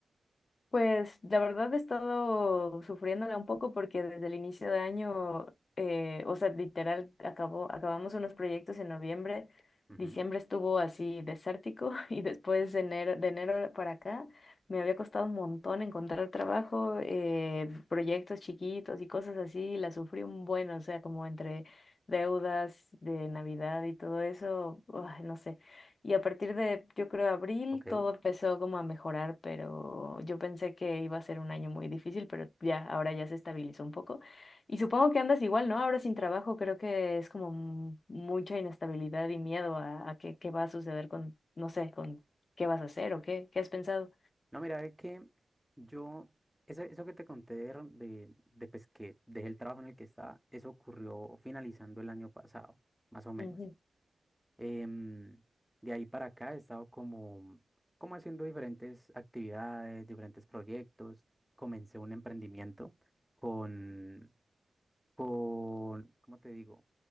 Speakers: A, on the left; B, in the centre.
A: Pues la verdad he estado sufriéndola un poco porque desde el inicio de año, eh, o sea, literal, acabó, acabamos unos proyectos en noviembre,
B: Ujú,
A: diciembre estuvo así desértico <laughs> y después de enero, de enero para acá me había costado un montón encontrar trabajo, eh, proyectos chiquitos y cosas así, la sufrí un buen, o sea, como entre deudas de Navidad y todo eso, uah, no sé. Y a partir de, yo creo, abril,
B: Ok,
A: todo empezó como a mejorar, pero yo pensé que iba a ser un año muy difícil, pero ya, ahora ya se estabilizó un poco. Y supongo que andas igual, ¿no? Ahora sin trabajo, creo que es como mu- mucha inestabilidad y miedo a, a qué, qué va a suceder con, no sé, con qué vas a hacer o qué, qué has pensado.
B: No, mira, es que yo, eso, eso que te conté de, de, de, pues, que dejé el trabajo en el que estaba, eso ocurrió finalizando el año pasado, más o menos.
A: Ujú.
B: Em, de ahí para acá he estado como, como haciendo diferentes actividades, diferentes proyectos. Comencé un emprendimiento con con, ¿cómo te digo?